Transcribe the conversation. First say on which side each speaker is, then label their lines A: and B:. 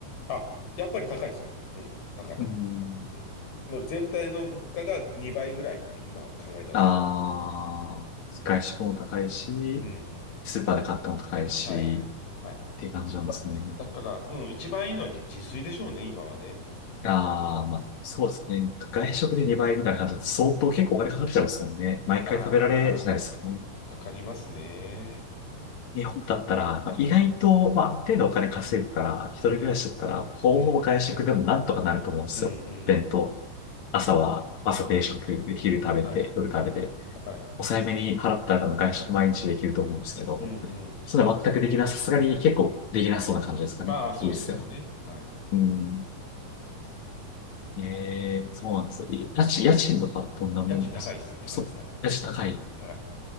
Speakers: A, on the left (about 80°); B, on the left (about 55°).
A: あ、やっぱり高いですよ。うん。高い。
B: うん。
A: うん。もう全体の物価が2倍ぐらいって今は考えた方がいいと思う。
B: ああ。外食も高いし、
A: うん。
B: スーパーで買ったも高いし、
A: はい。はい。
B: っていう感じなんですね。
A: だから、うん、一番いいのは自自炊でしょうね、今はね。
B: ああ、まあ、そうですね。外食で2倍みたいな感じだと相当結構お金かかっちゃいますもんね。
A: うん。
B: 毎回食べられしないですよね。
A: ああ、かかりますね。
B: 日本だったら、まあ意外と、まあ、ある程度お金稼いでたら、一人暮らしだったら、
A: うん。
B: ほぼほぼ外食でもなんとかなると思うんですよ。
A: うん。うん。うん。
B: 弁当。
A: うん。
B: 朝は、朝定食、昼食べて、
A: はい。
B: 夜食べて、
A: はい。はい。
B: 抑えめに払ったら多分外食毎日できると思うんですけど、
A: うん。うん。そうです。
B: それは全くできなさすがに結構できなそうな感じですかね。
A: まあ、そうですよね。
B: いいですよ。
A: はい。
B: うん。ええそうなんですよ。家賃、家賃とかどんなもんですかそう、
A: 家賃高いです。高いです。高い。
B: 家賃高い。
A: 高い。